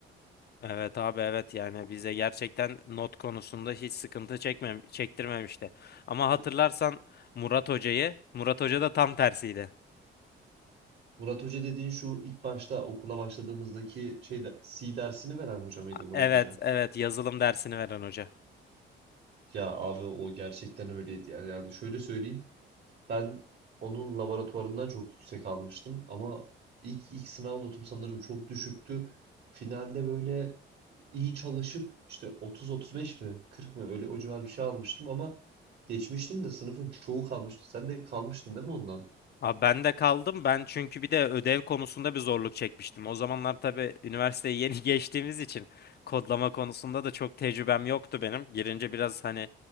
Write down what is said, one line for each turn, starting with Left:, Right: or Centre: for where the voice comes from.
Left: Evet abi evet yani bize gerçekten not konusunda hiç sıkıntı çekmem çektirmemişti. Ama hatırlarsan Murat Hoca'yı, Murat Hoca da tam tersiydi.
Right: Murat Hoca dediğin şu ilk başta okula başladığımızdaki şeyde C dersini veren hoca mıydı Murat
Left: Evet
Right: Hoca?
Left: evet yazılım dersini veren hoca.
Right: Ya abi o gerçekten öyleydi yani. Yani şöyle söyleyeyim. Ben onun laboratuvarından çok yüksek almıştım ama ilk ilk sınav notum sanırım çok düşüktü. Finalde böyle iyi çalışıp işte 30-35 mi 40 mı öyle o civar bir şey almıştım ama geçmiştim de sınıfın çoğu kalmıştı. Sen de kalmıştın değil mi ondan?
Left: Abi ben de kaldım ben çünkü bir de ödev konusunda bir zorluk çekmiştim. O zamanlar tabii üniversiteyi yeni <laughs> geçtiğimiz için kodlama konusunda da çok tecrübem yoktu benim. Girince biraz hani